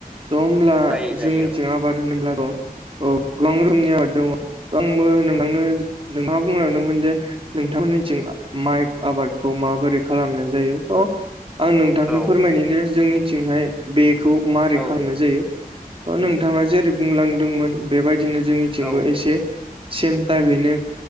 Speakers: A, on the right; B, in the centre.
A: थ' होमब्ला
B: जायो जायो
A: जोंनिथिं आबाद होनोब्लाथ' औ गोबां रोखोमनि आबाद दङ आंबो नोंथांनो नोंथाङा बुंलांदोंमोन जे नोंथांमोननिथिं माइ आबादखौ माबोरै खालामनाय जायो थ' आं नोंथांनो
B: औ
A: फोरमायनो जोंनिथिंहाय बेखौ मारै
B: औ
A: खालामनाय जायो थ' नोंथाङा जेरै बुंलांदोंमोन बेबायदिनो जोंनिथिंबो
B: औ
A: एसे सेम टाइपैनो